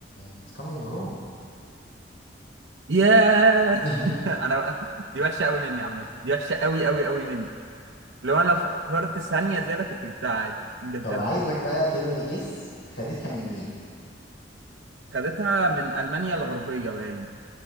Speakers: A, on the left (about 75°); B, on the right (about 75°).
A: it's coming home
B: ياه
A: <laughs>
B: <laughs> انا بقى دي وحشه قوي مني يا عم دي وحشه قوي قوي قوي مني لو انا فكرت ثانيه زياده كنت جبتها عادي انجلترا
A: طب عايزك بقى ترمي جس خدتها من مين
B: خدتها من المانيا الغربيه باين